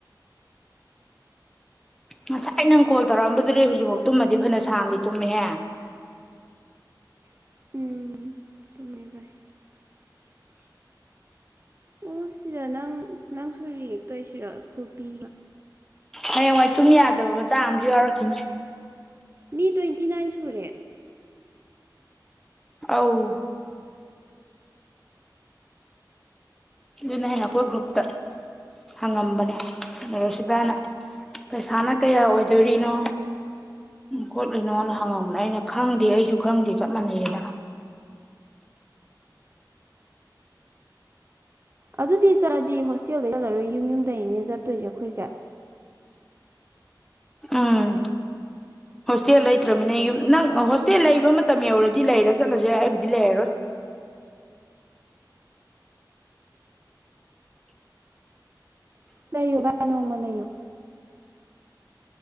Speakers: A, in the centre; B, on the right.
A: ꯉꯁꯥꯏ ꯅꯪ ꯀꯣꯜ ꯇꯧꯔꯛꯑꯝꯕꯗꯨꯗꯤ ꯍꯧꯖꯤꯛꯐꯥꯎ ꯇꯨꯝꯃꯗꯤ ꯐꯅ ꯁꯥꯡꯗꯤ ꯇꯨꯝꯃꯤꯍꯦ
B: <inaudible> ꯑꯣ ꯁꯤꯗ ꯅꯪ ꯅꯪꯁꯨ ꯔꯤꯌꯦꯛ ꯇꯧꯁꯤꯔꯣ ꯈꯨꯕꯤ
A: ꯍꯌꯦꯡꯋꯥꯏ ꯇꯨꯝ ꯌꯥꯗꯕ ꯃꯇꯥꯡ ꯑꯃꯁꯨ ꯌꯥꯎꯔꯛꯈꯤꯅꯤ
B: ꯃꯤ ꯇ꯭ꯋꯦꯟꯇꯤ ꯅꯥꯏꯟ ꯁꯨꯔꯦ
A: ꯑꯧ ꯑꯗꯨꯅ ꯑꯩꯅ ꯑꯩꯈꯣꯏ ꯒ꯭ꯔꯨꯞꯇ ꯍꯪꯉꯝꯕꯅꯦ ꯑꯗꯨ ꯁꯤꯗꯅ ꯄꯩꯁꯥꯅ ꯀꯌꯥ ꯑꯣꯏꯗꯣꯔꯤꯅꯣ ꯈꯣꯠꯂꯤꯅꯣꯅ ꯍꯪꯉꯝꯕꯅꯦ ꯑꯩꯅ ꯈꯪꯗꯦ ꯑꯩꯁꯨ ꯈꯪꯗꯦ ꯆꯞ ꯃꯥꯟꯅꯩꯌꯦꯅ
B: ꯑꯗꯨꯗꯤ ꯆꯠꯂꯗꯤ ꯍꯣꯁꯇꯦꯜꯗ ꯆꯠꯂꯔꯣꯏ ꯌꯨꯝ ꯌꯨꯝꯗꯒꯤꯅꯤꯅꯦ ꯆꯠꯇꯣꯏꯁꯦ ꯑꯩꯈꯣꯏꯁꯦ
A: ꯎꯝ ꯍꯣꯁꯇꯦꯜ ꯂꯩꯇ꯭ꯔꯃꯤꯅ ꯌꯨꯝ ꯅꯪ ꯍꯣꯁꯇꯦꯜ ꯂꯩꯕ ꯃꯇꯝ ꯌꯧꯔꯗꯤ ꯂꯩꯔ ꯆꯠꯂꯁꯨ ꯌꯥꯏ ꯑꯩꯕꯨꯗꯤ ꯂꯩꯔꯔꯣꯏ
B: ꯂꯩꯌꯣ ꯚꯥꯏ ꯅꯣꯡꯃ ꯂꯩꯌꯣ